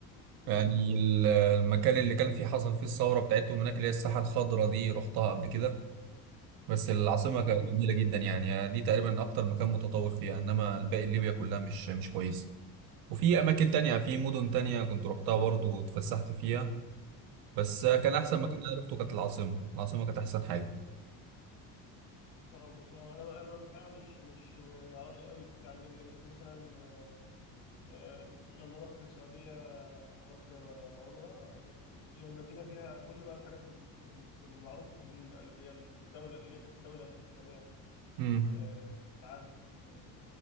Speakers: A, on the left; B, on the right.
A: امم
B: يعني ال- المكان اللي كان فيه حصل فيه الثوره بتاعتهم هناك اللي هي الساحه الخضراء دي رحتها قبل كده بس العاصمة
A: امم
B: كانت جميلة جدا يعني دي تقريبا أكتر مكان متطور فيها إنما الباقي ليبيا كلها مش مش كويسة وفي أماكن تانية في مدن تانية كنت روحتها برضه واتفسحت فيها بس كان أحسن
A: امم
B: مكان أنا روحته كانت العاصمة العاصمة كانت أحسن حاجة
A: طرابلس آه، انا انا الحقيقه مش مش ما اعرفش قوي كتير عن ليبيا بس مثلا آه، آه، لما رحت السعوديه عملت آه، عمره لفيت يعني المدينه فيها كل بقى الحاجات ال- ال- المعروفه في الدين بقى اللي هي الدوله اللي هي كانت الدوله الاسلاميه في
B: امم
A: آه، في عهد آه،